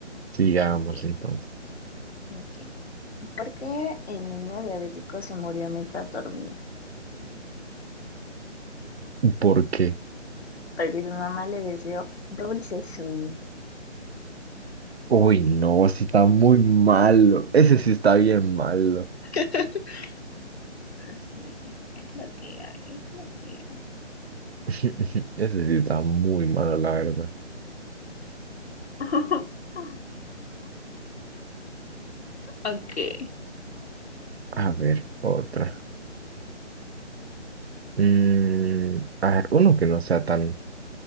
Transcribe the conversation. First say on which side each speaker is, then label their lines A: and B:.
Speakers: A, on the right; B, on the left.
A: Sigamos
B: ah, Ok,
A: entonces.
B: ok. ¿Por qué el niño diabético se murió mientras dormía?
A: ¿Por qué?
B: porque su mamá le deseó dulce sueño.
A: Uy, no, ese está muy malo. Ese sí está bien malo.
B: <laughs> Pero Sí, es lo que hay, es lo que hay.
A: <laughs> Ese sí está muy malo, la verdad.
B: <laughs> Ok.
A: A ver, otra. Mm, a ver, uno que no sea tan,